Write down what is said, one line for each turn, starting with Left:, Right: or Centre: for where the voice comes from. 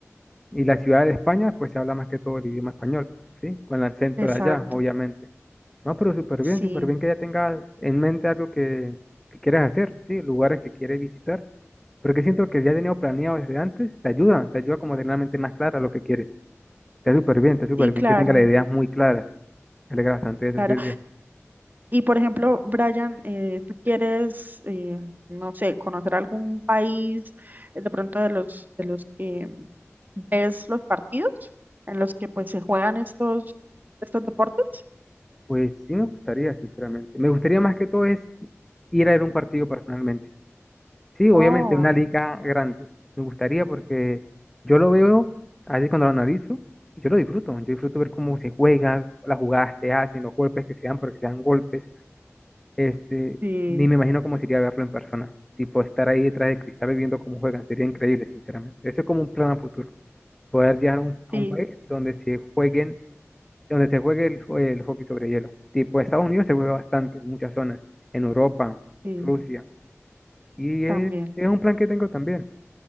Centre: y la ciudad de España, pues se habla más que todo el idioma español, ¿sí? Con el acento
Right: exacto.
Centre: de allá, obviamente. No, pero súper
Right: Sí,
Centre: bien, súper bien que ya tengas en mente algo que, que quieres hacer, ¿sí? Lugares que quieres visitar Porque siento que ya tenido planeado desde antes, te ayuda, te ayuda como a tener la mente más clara lo que quieres. Está súper bien, está súper
Right: y
Centre: bien,
Right: claro.
Centre: que tenga las ideas muy claras. Me alegra bastante eso,
Right: claro.
Centre: Silvia.
Right: Y por ejemplo, Brian, eh, tú quieres, eh, no sé, conocer algún país eh, de pronto de los de los que ves los partidos en los que pues se juegan estos estos deportes.
Centre: Pues sí me gustaría, sinceramente. Me gustaría más que todo es ir a ver un partido personalmente. Sí, obviamente
Right: Oh,
Centre: una liga grande. Me gustaría porque yo lo veo, así cuando lo analizo, y yo lo disfruto. Yo disfruto ver cómo se juega, las jugadas que hacen, los golpes que se dan, porque se dan golpes. Este,
Right: sí,
Centre: ni me imagino cómo sería verlo en persona. Tipo, estar ahí detrás del cristal y viendo cómo juegan. Sería increíble, sinceramente. Eso es como un plan a futuro. Poder llegar a un, a
Right: sí,
Centre: un país donde se jueguen, donde se juegue el, jo- el hockey sobre hielo. Tipo, Estados Unidos se juega bastante, en muchas zonas. En Europa,
Right: sí,
Centre: Rusia. Y es,
Right: también,
Centre: es un plan que tengo también.